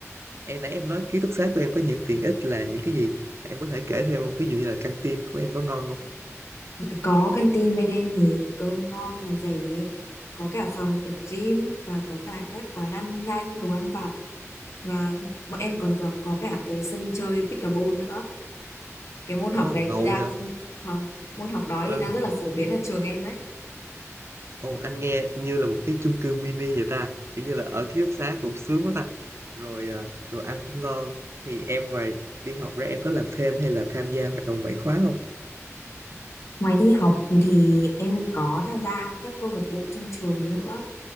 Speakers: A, on the right; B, on the left.
A: em nãy em nói ký túc xá của em có những tiện ích là những cái gì em có thể kể thêm không ví dụ như là căng tin của em có ngon không
B: Có canteen bên em thì cơm ngon mà rẻ, có cả phòng tập gym và có cả các quán ăn nhanh, đồ ăn vặt và bọn em còn có, có cả cái sân chơi pickleball nữa. Cái môn học
A: ồ
B: đấy
A: ngầu
B: thì đang
A: vậy
B: không, môn học đó thì
A: ừ
B: đang rất là phổ biến ở trường em đấy.
A: Ồ, anh nghe như là một cái chung cư mini vậy ta kiểu như là ở ký túc xá cũng sướng quá ta rồi à, rồi ăn cũng ngon thì em ngoài đi học ra em có làm thêm hay là tham gia hoạt động ngoại khóa không
B: Ngoài đi học thì em có tham gia các câu lạc bộ trong trường nữa.